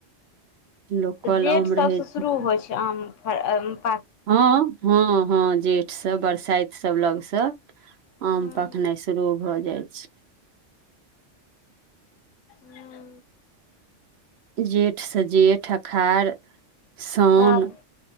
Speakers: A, on the right; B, on the left.
A: लोकल
B: तऽ जेठ
A: आम
B: सभसँ
A: रहै
B: शुरू होइ छै आम फ
A: हँ, हँ, हँ जेठसँ बरसाइत सभ लगसँ
B: हूँ
A: आम पखनाइ शुरू भऽ जाय छै।
B: हू।
A: जेठसँ जेठ अखार साउन।
B: तब